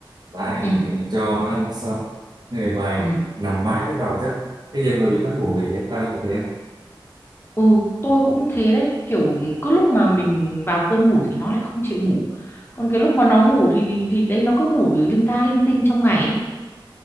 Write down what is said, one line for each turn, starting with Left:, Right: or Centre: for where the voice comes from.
Right: lại
Left: ừ
Right: ờ, cho nó ăn xong người vài
Left: ừ
Right: nằm mãi cứ vào giấc cái nhiều người bị mất ngủ vì thế bà có bị thế không
Left: ừ tôi cũng thế đấy kiểu cứ lúc mà mình vào cơn ngủ thì nó lại không chịu ngủ còn cái lúc mà nó ngủ thì thì đấy nó cứ ngủ linh ta linh tinh trong ngày ấy